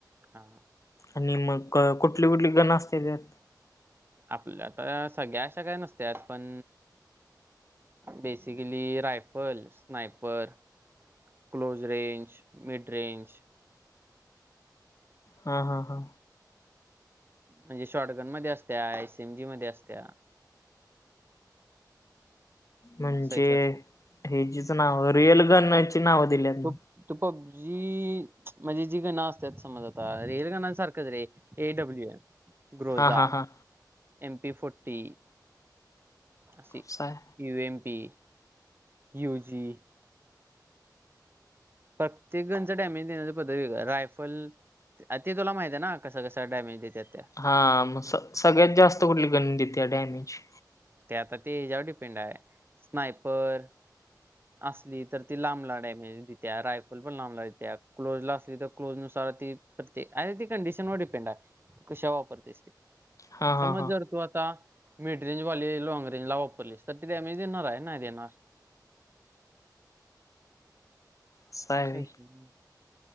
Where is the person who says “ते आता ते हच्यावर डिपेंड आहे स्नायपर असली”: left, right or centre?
Right